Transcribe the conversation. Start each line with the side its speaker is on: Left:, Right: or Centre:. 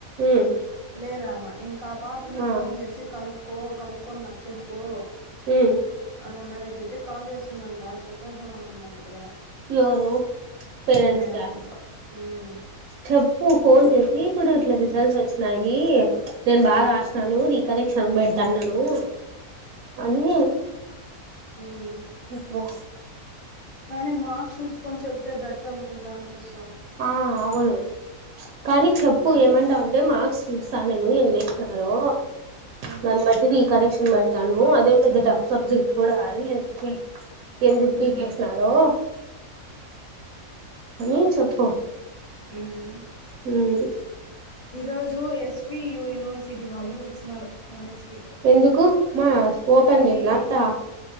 Right: ఉమ్
Left: లేదమ్మ ఇంకా ఆ పాపని
Right: ఆ
Left: ఫోన్ చేసి కనుకో కనుకోని నాకు చెప్పు
Right: ఉమ్
Left: అని ఇంటికి కాల్ చేస్తుందను అ చెప్పేద్దాం అనున్నా ఇప్పుడే
Right: ఎవరు పేరెంట్స్
Left: నేనే
Right: కా
Left: ఉమ్
Right: చెప్ కు ఫోన్
Left: ఇంట్లో
Right: చేసి ఇప్పుడు ఇట్ల రిజల్ట్స్ వచ్చినాయి నేను బా
Left: ఉమ్
Right: రాసినాను రి కరెక్షన్ కు పెడతన్న ను అని
Left: మ్మ్
Right: చెప్పు
Left: కానీ మార్క్ చూస్ కోని చెప్తే బెటర్ అనుకుంటా అనిపిస్
Right: ఆ అవును కానీ చెప్పు
Left: కానీ
Right: ఏమంటావంటే మార్క్స్ చూస్తాను నేను ఎన్నేసినారో
Left: ఉమ్
Right: దాని బట్టి రికరెక్షన్ పెడతాను అదే పెద్ద టఫ్ సబ్జెక్ట్ కూడా కాదు ఎందుకే ఎందుకు పీకేసినారో
Left: ఉమ్
Right: అని చెప్పు పో
Left: ఉమ్
Right: హ్మ్
Left: ఈరోజు ఎస్ యూనివర్సిటీ వాళ్ళు వచ్చినారు కాలేజ్కి
Right: ఎందుకు మా ఓపెన్
Left: అది
Right: చేయ్ లతా